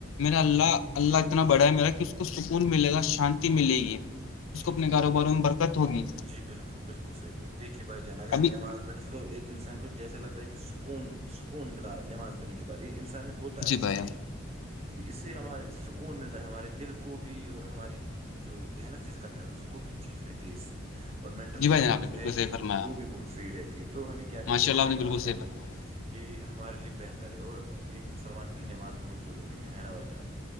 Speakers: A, on the left; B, on the right.
A: میرا اللہ
B: جی
A: اللہ
B: جی جی جی
A: اتنا
B: جی
A: بڑا ہے میرا کہ کو سکون ملے گا شانتی ملے گی
B: جی
A: اس کو اپنے کاروباروں
B: جی جی
A: میں برکت ہوگی
B: جی بالکل بالکل صحات دیکھیے بھائی جان اگر ہم
A: ابھی
B: نماز ایک انسان کو جیسے لگتا ہے کہ سکون سکون ملا نماز پڑنے کے بعد یہ انسان میں ہوتا ت
A: جی
B: ہے
A: بھائی
B: جی اس سے ہمارے سکون ملتا ہے ہمارے دل کو بھی اور ہماری جو یہ ہے نا فزیکل ہیتھ وہ بھی ٹھیک رہتے ہے اس سے اور مینٹل
A: جی
B: ہیلتھ
A: بھائی جان
B: تو
A: آپ نے بالکل
B: ہے
A: صحیح
B: ہی
A: فرمایا
B: وہ بھی بہت صحیح رہتی ہے تو ہمیں کیا
A: ماشاء
B: کرنی چاہے
A: اللہ آپ
B: نماز
A: نے بالکل صحیح
B: پڑھے
A: فرمایا
B: یہ ہمارے لیے بہتر ہے اور ایک مسلمان کے لیے نماز بہت ضروری ہے نا بھائی جان